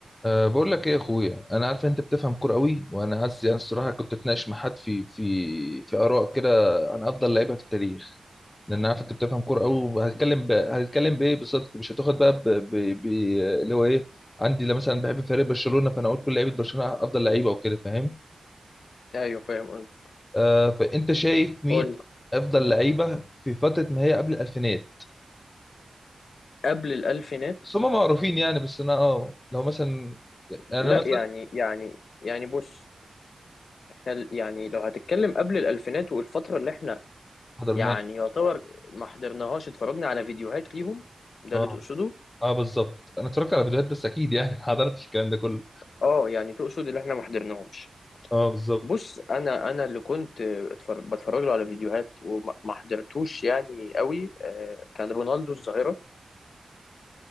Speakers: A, on the left; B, on the left.
A: أه بقول لك ايه يا اخويا انا عارف انت بتفهم كوره قوي وانا عايز يعني الصراحه كنت اتناقش مع حد في في في اراء كده عن افضل لعيبه في التاريخ لان عارف انت بتفهم كوره قوي وهتكلم ب... هتكلم بايه بصدق مش هتاخد بقى ب... ب... ب... اللي هو ايه عندي لا مثلا بحب فريق برشلونه فانا اقول كل لعيبه برشلونه افضل لعيبه وكده فاهم
B: ايوه فاهم قصدك
A: أه فانت شايف مين
B: قول
A: افضل
B: م.
A: لعيبه في فتره ما هي قبل الالفينات
B: قبل الالفينات
A: بس هم معروفين يعني بس انا اه لو مثلا يعني انا
B: لا
A: مثلا
B: يعني يعني يعني بص إحنا ال- يعني لو هتتكلم قبل الالفينات والفتره اللي احنا
A: حضرناه
B: يعني يعتبر ما حضرناهاش اتفرجنا على فيديوهات ليهم ده
A: اه
B: اللي تقصده
A: اه بالظبط انا اتفرجت على فيديوهات بس اكيد يعني <laughs> ما حضرتش الكلام ده كله
B: اه يعني تقصد اللي احنا ما حضرناهمش
A: اه بالظبط
B: بص انا انا اللي كنت اتفرج بتفرج له على فيديوهات وما ما حضرتوش يعني قوي آه، كان رونالدو الظاهره